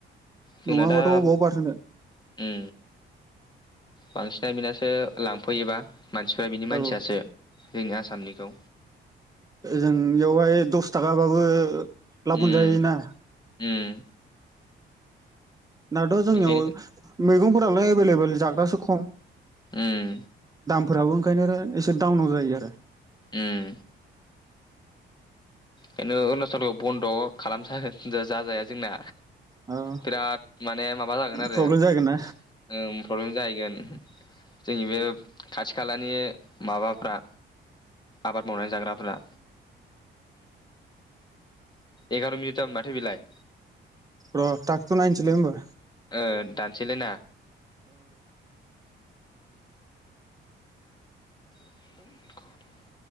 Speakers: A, on the left; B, on the right.
A: जोंना
B: नङाबाथ'
A: दा उम
B: बबाव बारहोनो
A: बांसिन बिनासो लांफैयोबा। मानसिफ्रा बिनि मानसियासो
B: औ
A: जोंनि आसामनिखौ
B: जों बेयावहाय दस थाखाबाबो लाब
A: उम
B: मोनजायोना
A: उम
B: दाथ' जोंनियाव
A: बेखायनो
B: मैगं दालाय एभेलेबोल जाग्रासो खम
A: ओम
B: फोराबो ओंखायनो एसे डाउनाव जायो आरो
A: उम बेनो अरुणचलखौ बन्द खालाम जाजाया जोंना
B: आरो
A: बिराद माने माबा जागोन आरो
B: प्रब्लेम
A: ओ
B: जागोन ना
A: प्रब्लेम जाहैगोन जोंनि बे खाथि खालानि माबाफ्रा आबाद मावनाय जाग्राफोरा एगार मिनिट थाम माथो बिलाय
B: र थाखथ खौ नायनोसैलै होमबा
A: ओ दानसैलायना <inaudible>